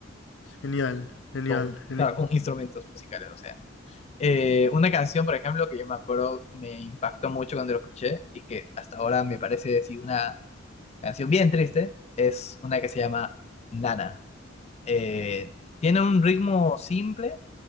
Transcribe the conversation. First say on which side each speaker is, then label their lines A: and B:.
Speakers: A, on the left; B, on the left.
A: Genial, genial,
B: con,
A: genial.
B: claro, con instrumentos musicales, o sea. Eh, una canción, por ejemplo, que yo me acuerdo me impactó mucho cuando lo escuché y que hasta ahora me parece sí, una canción bien triste, es una que se llama Nana. Eh, tiene un ritmo simple,